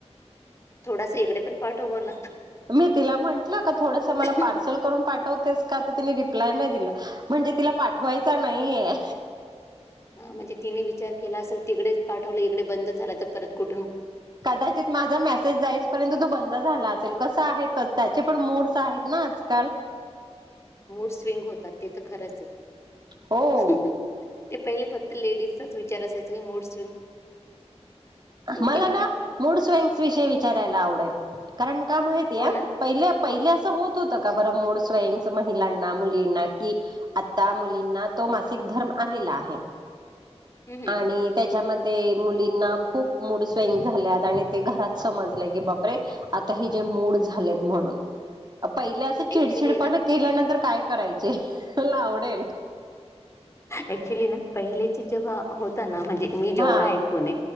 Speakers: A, on the left; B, on the right.
A: थोडास इकडे पण पाठव बोलला.
B: मी तिला म्हंटलं का थोडसं मला
A: हा
B: पार्सल करून पा. हो तेच का तर तिने रिप्लाय नाही दिल म्हणजे तिला पाठवायचं नाहीये.
A: हा म्हणजे तिने विचार केला असल तिकडेच पाठवले इकडे बंद झाला तर परत कु.
B: कदाचित माझा मेसेज जाईसपर्यंत तो बंद झाला असेल कसा आहे तर. त्याचे पण मोड्स आहेत ना आजकाल.
A: मोड्स स्विंग होतात ते तर खरंच आहे
B: हो
A: ते पहिले फक्त लेडीज. असच विचारायचं मुड सि.
B: मला
A: केले.
B: ना मूड स्विंग्स विषयी विचारायला आवडेल कारण का माहितीये
A: हो ना
B: पहिले पहिले अस होत होत का बर असं मूड स्विंग्स. महिलांना मुलींना कि आत्ता मुली. <unintelligible> धर्म आलेला आहे
A: हम्म
B: आणि त्याच्यामध्ये. ते मुलींना खूप मूड स्विंग झाल्यात आणू ते घरात समजले की, बापरे! काही जे मूड झालेत म्हणून. पहिले असं चिडचिडपण
A: ऍक्च्युली ना
B: केल्यानंतर काय करायचे मला आवडेल.
A: ऍक्च्युली ना पहिले. जेव्हा होता ना म्हणजे मी जेवढा
B: हा
A: ऐकून ये.